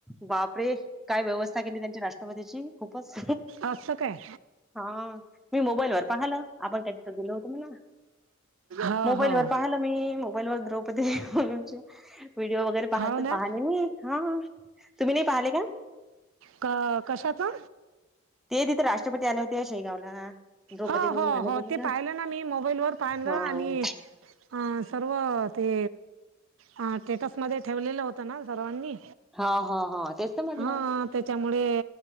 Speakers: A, in the centre; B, on the right.
A: बापरे काय व्यवस्था केली त्यांच्या राष्ट्रपतीची खूपच
B: असं काय
A: हा! मी मोबाईलवर पाहिलं आपण त्यान गेलो होत मला
B: हो
A: मोबाईलवर
B: हो
A: पाहिलं मी मोबाईलवर द्रौपदी मुरमुनचे व्हिडिओ वगैरे पाहत
B: हो ना
A: पाहाले मी हा तुम्ही नाही पाहिले का?
B: का कशाचा?
A: ते तिथे राष्ट्रपती आले होते शेगावला द्रौपदी
B: हो
A: मुर्मू
B: हो
A: आल्या
B: हो
A: होत्या
B: ते पाहिलं ना मी मोबाईल वर पाहिलं
A: हा.
B: आणि अ सर्व ते स्टेटसमध्ये ठेवलेलं होतं ना सर्वांनी
A: हा हा हा तेच तर म्हटलं
B: हा त्याच्यामुळे